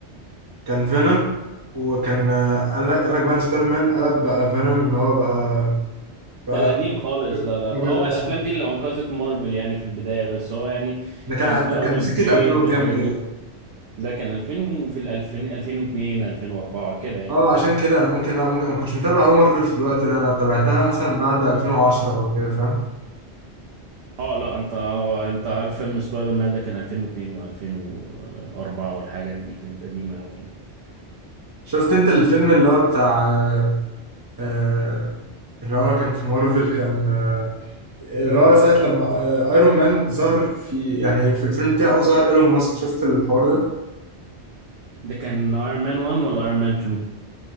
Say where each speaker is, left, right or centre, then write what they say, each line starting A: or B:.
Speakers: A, on the right; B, on the right.
A: كان فينوم وكان قال لك قال لك بقى إن سبايدر مان قلب بقى فينوم ان هو بقى
B: ده
A: بقى
B: القديم خالص لا لا
A: راجل
B: هو الافلام
A: اسود
B: دي اللي انقذت مارفل يعني في البداية بس هو يعني
A: ده كان
B: كان في الاول
A: ده كان سكة
B: بليد
A: 2000 وكام
B: والحاجات
A: كده
B: دي ده كان 2000 و- في ال 2000 2002 2004 كده يعني
A: اه عشان كده انا ممكن لا ممكن ما كنتش متابع قوي مارفل في الوقت ده انا تابعتها مثلا بعد 2010 وكده فاهم
B: اه لا انت هو انت عارف فيلم سبايدر مان ده كان 2002 و2004 والحاجات دي كانت قديمة قوي يعني
A: شفت انت الفيلم اللي هو بتاع آه، آه، اللي هو كان في مارفل كان آه، اللي هو ساعة لما آه، ايرون مان ظهر في يعني في الفيلم بتاعه ظهر ايلون ماسك شفت الحوار ده
B: ده كان ايرون مان 1 ولا ايرون مان 2